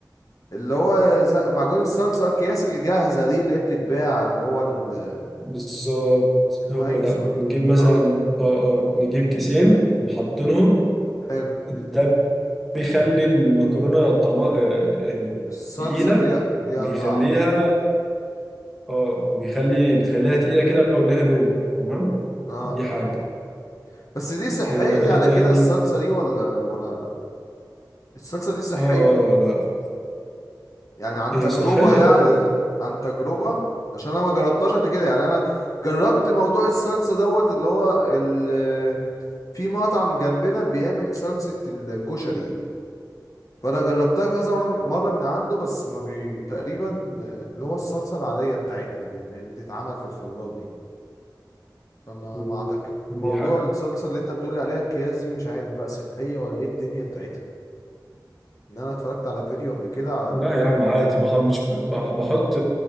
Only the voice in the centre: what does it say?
بالظبط
هو ده
نجيب مثلا
اه اه نجيب كيسين ومحطينهم
ده بيخلي المكرونه طعمها آه، آه،
تقيله
وبيخليها
اه وبيخلي بتخليها تقيله كده ولها لون تمام
دي
حاجه
وايه
تاني
اه آه، لا
هي
صحيه
اه يا عم
مم.
دي
حاجة
لا يا عم عادي بح... مش بح... بحط